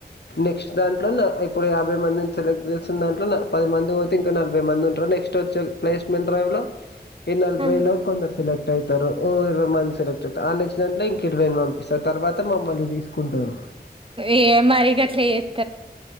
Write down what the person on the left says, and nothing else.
నెక్స్ట్ దాన్ ట్లన్న ఇప్పుడు యాభై మందిని సెలెక్ట్ చేసిన్ దాంట్లో ల పది మంది పోతే ఇంకో నలభై మంది ఉంటరు నెక్స్ట్ వచ్చే ప్లేస్మెంట్ డ్రైవ్ లో ఇ నలభైలో
కొందర్ సెలెక్ట్ ట్ అయితరు ఓ ఇరవై మంది సెలెక్టె అయిత్ ఆ నెక్స్ట్ దాంట్ల ఇంక ఇరవైన్ పంపిస్తరు తర్వాత మమ్మల్ని దీసుకుంటరు